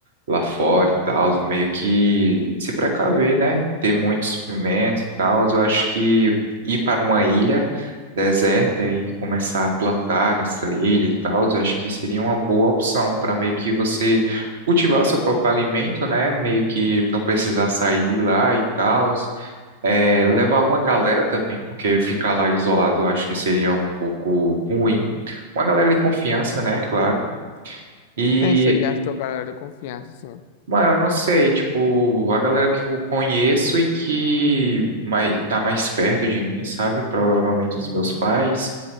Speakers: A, on the right (about 55°); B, on the left (about 50°).
A: lá fora e tal, meio que se precaver, né? Ter muitos suprimentos e tal. Eu acho que ir para uma ilha deserta e começar a plantar nessa ilha e tal, eu acho que seria uma boa opção para meio que você cultivar o seu próprio alimento, né? Meio que não precisar sair de lá e tal. É, levar uma galera também, porque ficar lá isolado eu acho que seria um pouco ruim. Uma galera de confiança, né? Claro. E,
B: Quem seria a tua galera de confiança, assim?
A: mano, eu não sei, tipo, a galera que eu conheço e que mais, tá mais perto de mim, sabe? Provavelmente
B: Uhum.
A: os meus pais,